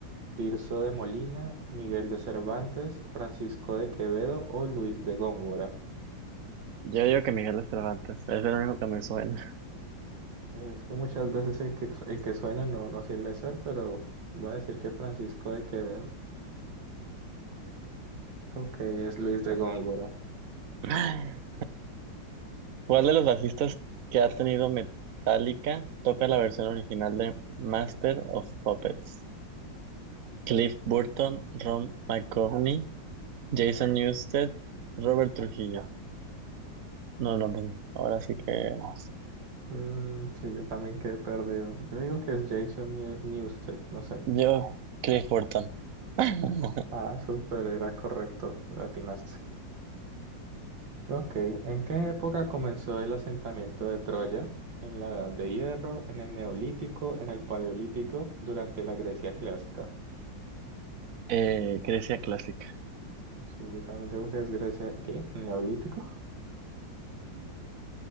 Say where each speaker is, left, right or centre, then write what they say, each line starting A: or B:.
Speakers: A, on the right; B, on the right.
A: ¿Tirso de Molina, Miguel de Cervantes, Francisco de Quevedo o Luis de Góngora?
B: Yo digo que Miguel de Cervantes, es el único que me suena.
A: Es que muchas veces el que, el que suena no, no suele ser, pero voy a decir que Francisco de Quevedo. Ok, es Luis de Góngora.
B: <laughs> ¿Cuál de los bajistas que ha tenido Metallica toca la versión original de Master of Puppets? Cliff Burton, Ron McGovney, Jason Newsted, Robert Trujillo. No, no, pues, ahora sí que vamos.
A: Mm, sí, yo también quedé perdido. Yo digo que es Jason Neu- Newsted, no sé.
B: Yo, Cliff Burton. <laughs>
A: Ah, súper, era correcto, lo atinaste. Ok, ¿en qué época comenzó el asentamiento de Troya? ¿En la Edad de Hierro, en el Neolítico, en el Paleolítico, durante la Grecia clásica?
B: eh, Grecia clásica.
A: Sí, yo también digo que es Grecia. ¿Qué? ¿Neolítico?